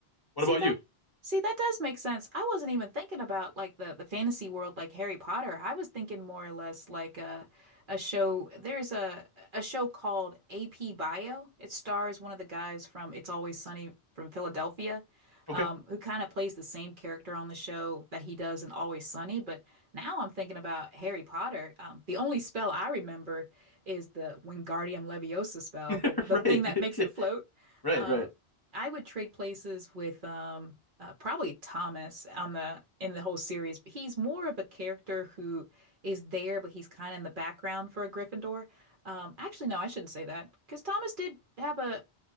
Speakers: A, on the left (about 25°); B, on the right (about 55°).
A: What
B: See
A: about
B: that?
A: you?
B: See, that does make sense. I wasn't even thinking about like the the fantasy world like Harry Potter. I was thinking more or less like a a show. There's a a show called AP Bio. It stars one of the guys from It's Always Sunny from Philadelphia,
A: Okay.
B: um, who kind of plays the same character on the show that he does in Always Sunny. But now I'm thinking about Harry Potter. Um, the only spell I remember is the Wingardium Leviosa spell,
A: <laughs>
B: the the
A: Right.
B: thing that
A: <laughs>
B: makes it float.
A: Right,
B: Um,
A: right.
B: I would trade places with um uh, probably Thomas on the in the whole series. He's more of a character who is there, but he's kind of in the background for a Gryffindor. Um, actually, no, I shouldn't say that because Thomas did have a